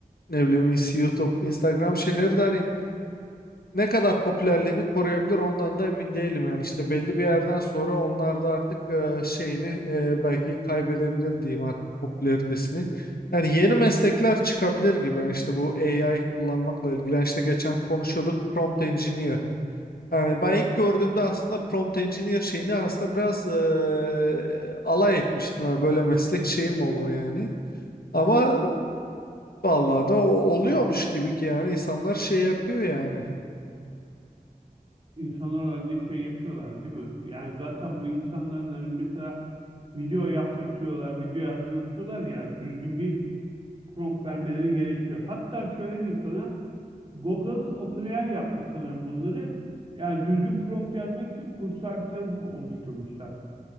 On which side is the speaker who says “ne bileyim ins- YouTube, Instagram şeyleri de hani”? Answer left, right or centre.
Left